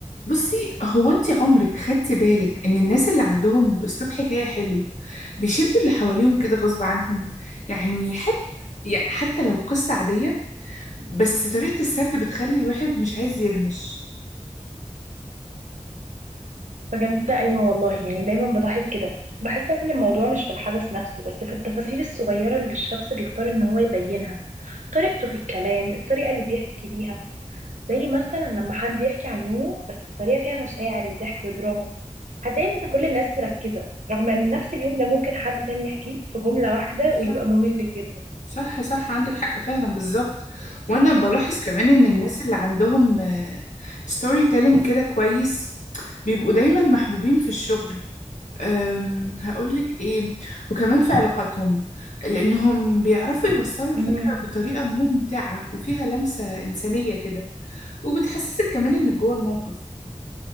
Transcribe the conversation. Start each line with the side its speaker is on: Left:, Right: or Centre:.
Left: بصي هو انت عمرك خدتي بالك ان الناس اللي عندهم اسلوب حكاية حلو بيشدوا اللي حواليهم كده غصب عنهم يعني حتى يعني حتى لو قصة عادية بس طريقة السرد بتخلي الواحد مش عايز يرمش
Right: بجد ايوه والله يعني دايما بلاحظ كده بحس ان الموضوع مش في الحدث نفسه بس في التفاصيل الصغيره اللي الشخص بيختار ان هو يبينها طريقته في الكلام الطريقه اللي بيحكي بيها زي مثلا لما حد يحكي عن يومه بس بطريقه فيها مشاعر وضحك ودراما هتلاقي ان كل الناس مركزه رغم ان نفس اليوم ده ممكن حد تاني يحكيه في جمله واحده ويبقى
Left: صح
Right: ممل جدا
Left: صح صح عندك حق فعلا بالظبط وانا بلاحظ كمان ان الناس اللي عندهم ستوري تيلينج كده كويس بيبقوا دايما محبوبين في الشغل أم، هقولك إيه وكمان في علاقاتهم لأنهم بيعرفوا يوصلوا الفكرة
Right: مم.
Left: بطريقة ممتعة وفيها لمسة إنسانية كده وبتحسسك كمان إنك جوه الموقف